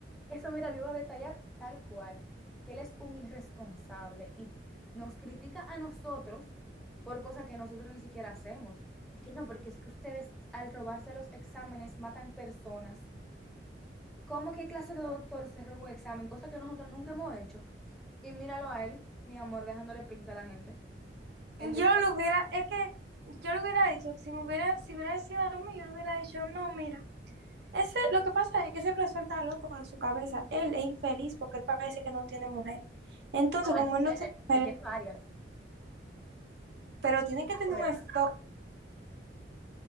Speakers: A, in the centre; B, on the right.
A: Eso, mira, lo iba a detallar tal cual, que él es un irresponsable y nos critica a nosotros por cosas que nosotros ni siquiera hacemos. Y que no, porque es que ustedes al robarse los exámenes matan personas. ¿Cómo qué clase de doctor se roba un examen? Cosa que nosotros nunca hemos hecho. Y míralo a él, mi amor, dejándole pinza a la gente. Él
B: Yo
A: de-
B: lo hubiera, es que yo lo hubiera dicho, si me hubiera, si hubiera sido a mí, yo le hubiera dicho, no, mira, ese, lo que pasa es que ese profesor está loco de su cabeza, él es infeliz porque él parece que no tiene mujer. Entonces,
A: No,
B: como
A: él
B: él
A: tiene,
B: no tiene mujer,
A: él tiene varias. ¿Tú
B: pero tiene
A: no
B: que
A: te
B: tener
A: acuerdas?
B: un estómago,